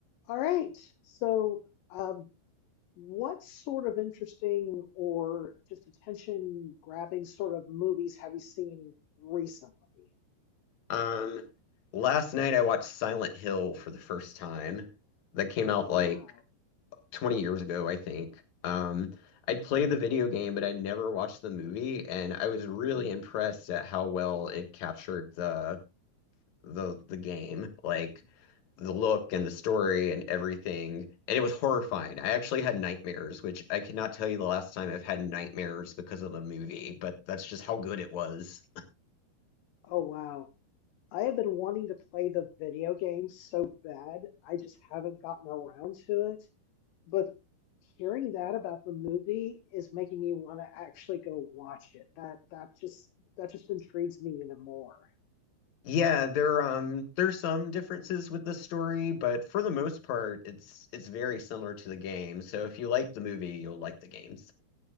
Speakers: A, on the left; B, on the left.
A: All right. So, um, what sort of interesting or just attention grabbing sort of movies have you seen recently?
B: Um, last night I watched Silent Hill for the first time. That came out
A: Oh,
B: like
A: wow.
B: 20 years ago, I think. Um, I played the video game, but I never watched the movie, and I was really impressed at how well it captured the the the game, like the look and the story and everything. And it was horrifying. I actually had nightmares, which I cannot tell you the last time I've had nightmares because of the movie, but that's just how good it was.
A: Oh, wow. I have been wanting to play the video game so bad. I just haven't gotten around to it. But hearing that about the movie is making me want to actually go watch it. That that just that just intrigues me even more.
B: Yeah, there um there's some differences with the story, but for the most part, it's it's very similar to the game. So if you like the movie, you'll like the games.